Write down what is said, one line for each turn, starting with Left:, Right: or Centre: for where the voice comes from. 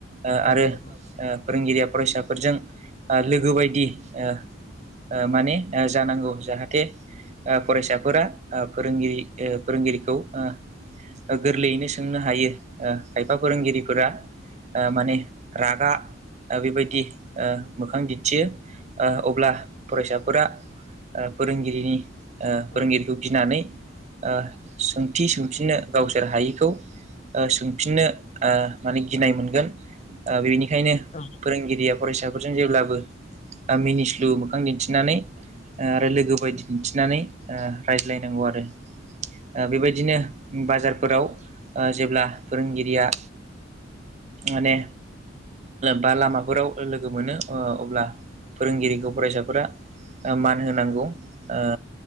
Right: ओ
Left: औ
Right: आरो
Left: नंगौ
Right: ओ फोरोंगिरिया फरायसाफोरजों ओ लोगो बायदि ओ ओ माने ओ जानांगौ जाहाथे ओ फरायसाफोरा ओ फोरोंगिरि ओ फोरोंगिरिखौ ओ ओ
Left: औ
Right: गोरलैयैनो
Left: औ
Right: सोंनो ओ हायो खायफा फोरोंगिरिफोरा
Left: औ
Right: ओ माने रागा बेबायदि
Left: औ
Right: ओ मोखां दिन्थियो । ओ अब्ला फरायसाफोरा ओ फोरोंगिरिनि ओ
Left: औ
Right: फोरोंगिरिखौ गिनानै ओ सोंथि सोंफिननो गावसोर हायिखौ ओ सोंफिननो माने गिनाय मोन ओ बेनिखायनो
Left: औ
Right: फोरोंगिरिया फरायसाफोरजों जेब्लाबो ओ मिनिस्लु मोखां दिन्थि दिन्थिनानै आरो लोगो बायदि दिन्थिनानै रायज्लायनांगौ आरो। बेबायदिनो बाजारफोराव जेब्ला फोरोंगिरिया माने बा लामाफोराव लोगो मोनो ओ अब्ला फोरोंगिरिखौ फरायसाफोरा ओ मान होनांगौ ओ